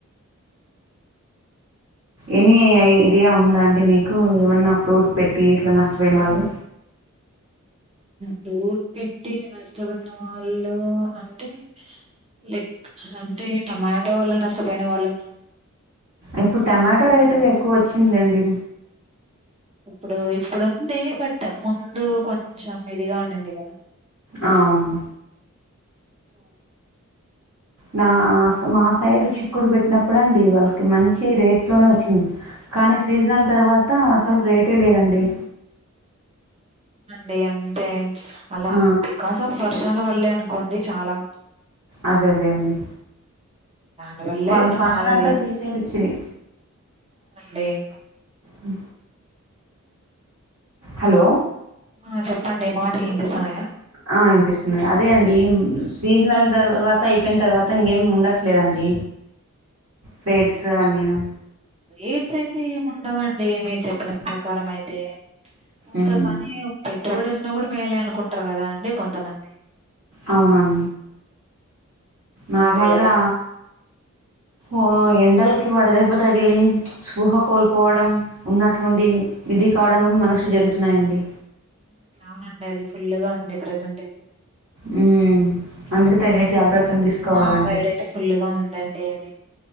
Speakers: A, on the right; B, on the right.
A: ఎనీ ఐడియా ఉందా అండి మీకు ఏమన్నా ఫ్రూట్ పెట్టి ఇట్లా నష్టపోయిన వాళ్ళు
B: ఫ్రూట్ పెట్టి నష్టపోయిన వాళ్ళు అంటే లైక్ అంటే టమాటో వాల్ల నష్టపోయిన వాళ్ళు
A: ఇప్పుడు టమాటో రేటుగా ఎక్కువ వచ్చిందిండి
B: ఇప్పుడు ఇప్పుడుంది బట్ ముందు కొంచెం మీదిగా ఉండింది కదా
A: అ అవును
B: సేవనా
A: నా మా సైడు చిక్కుడు పెట్టినప్పుడు అండి వాళ్ళకి మంచి రేట్లోనే వచ్చింది కానీ సీజనల్ తర్వాత అసలుకి రేటే లేదండి
B: అండి అంటే అలా
A: ఆ,
B: బికాస్ అఫ్ వర్షాల వల్లే అనుకోండి చాలా మం
A: అదే అదే అండి
B: దానివల్లే
A: వాళ్ళ
B: చాలా
A: పంటనంతా
B: రీజ్
A: తీసేపిచ్చిరి
B: అవునండి కరెక్ట్
A: అ హలో
B: ఆ చెప్పండి మాటలు వినిపిస్తన్నాయా
A: ఆ, వినిపిస్తున్నాయి అదే అండి సీజనల్ తర్వాత అయిపోయిన తర్వాత ఇంకేమి ఉండట్లేదండి ఫేడ్స్ అవి అన్నీను
B: రేట్స్ అయితే ఏమి ఉండవండి మీరు చెప్పిన ప్రకారం అయితే ఇంకా
A: ఉమ్.
B: కానీ పెట్ పెట్టుబడి వచ్చినా కూడా మేలేే అనుకుంటారు కదా అండి కొంతమంది
A: అవునం నార్మల్గా
B: అంతే కదా
A: ఓ ఎండలకి వడదేబ్బ తగిలి స్పృహ కోల్పోవడం ఉన్నట్లుండి ఇది కావడం కూడా మనసు జరుగుతున్నాయండి
B: హ్మ్ అవునండి అది ఫుల్గా ఉంది ప్రజెంట్ అయితే
A: హ్మ్ అందుకి తగిన జాగ్రత్తలు తీసుకోవాలండి
B: మా సైడ్ అయితే ఫుల్ గా ఉందండి అది